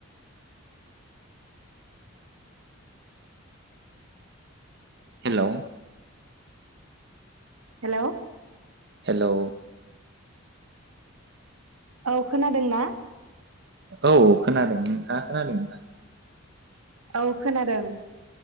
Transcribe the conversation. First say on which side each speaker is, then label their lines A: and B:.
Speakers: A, on the right; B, on the right.
A: हेल'
B: हेल'
A: हेलौ
B: औ खोनादोंना?
A: औ खोनादों नोंथाङा खोनादोंना
B: औ खोनादों